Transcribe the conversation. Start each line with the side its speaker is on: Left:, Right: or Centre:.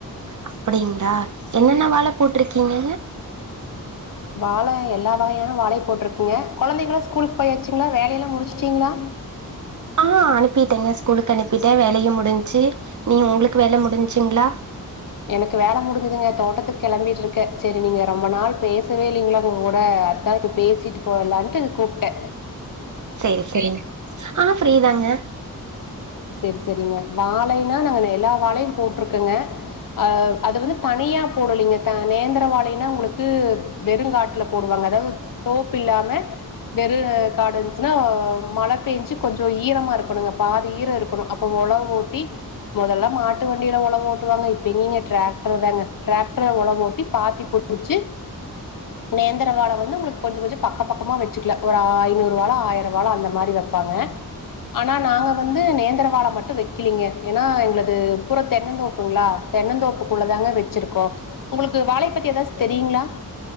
Right: அப்டிங்களா என்னென்ன வாழை போட்டிருக்கீங்க
Left: வாழை எல்லா வகையான வாழையை போட்டிருக்கங்க குழந்தைங்களா ஸ்கூலுக்கு போயாச்சுங்களா வேலையெல்லா முடிச்சுட்டீங்களா
Right: ஆ அனுப்பிட்டேங்க ஸ்கூலுக்கு அனுப்பிட்டே வேலையு முடிஞ்சு நீங்க உங்களுக்கு வேலை முடிஞச்சுங்களா
Left: எனக்கு வேலை முடிஞ்சுதுங்க தோட்டத்துக்கு கிளம்பிட்டு இருக்கே சேரி நீங்க ரொம்ப நாள் பேசவே இல்லைங்களா உங்க கூட அத இப்ப பேசிட்டு போலான்ட்டு இது கூப்பிட்டே
Right: சேரி சேரி ஆ ஃப்ரீதாங்க
Left: சேரி சேரிங்க வாழைன்னா நாங்க எல்லா வாழையு போட்டுருக்கோங்க அ அது வந்து தனியா போடலலைங்க நேந்திரவாழைனா உங்களுக்கு வெறுங்காட்டுல போடுவாங்க அதாவது தோப் இல்லாம வெள்ளே காடு இருந்துசினா மழ பேஞ்சு கொஞ்சோ ஈரமா இருக்கணு பாதி ஈர இருக்கணு அப்ப ஒழவு ஓட்டி மொதல்லா மாட்டு வண்டியில ஒழவு ஓட்டுவாங்க இப்ப எங்கிங்க டிராக்டர் தாங்க டிராக்டர் ஒழவு ஓட்டி பாத்தி <unintelligible> நேந்தரவாழை வந்து உங்களுக்கு கொஞ்சோ கொஞ்சோ பக்க பக்கமா வெச்சுக்கல ஒரு ஐநூறு வாழை ஆயிரவாழை அந்த மாரி வப்பாங்க ஆனா நா இப்ப வந்து நேந்திரவாழ மட்டு வெக்கலிங்க ஏன்னா எங்களது பூறா தென்னந் தோப்புங்ளா தென்னந்தோப்புக்குள்ள தாங்க வெச்சிருக்கோ உங்களுக்கு வாழைய பத்தி எதாச்சு தெரியுங்ளா